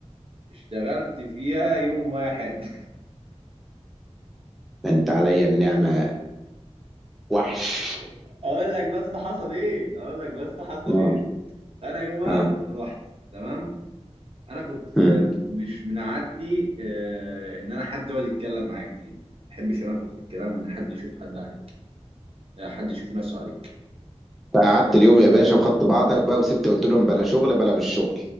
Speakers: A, on the right; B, in the centre.
A: اشتغلت فيها يوم واحد
B: ده انت عليا النعمة وحش
A: <laughs> اقول لك بس حصل ايه اقول لك بس حصل
B: اه
A: ايه انا يومها
B: اه
A: رحت تمام انا كنت
B: مم.
A: آه، مش من عادتي آه، ان انا حد يقعد يتكلم معايا كتير ما بحبش انا اخد الكلام وان حد يشوف حد عليك آه، حد يشوف نفسه عليك
B: فقعدت
A: ف-
B: اليوم يا باشا وخدت بعضك بقى وسبت قلت لهم بلا شغل بلا مش شغل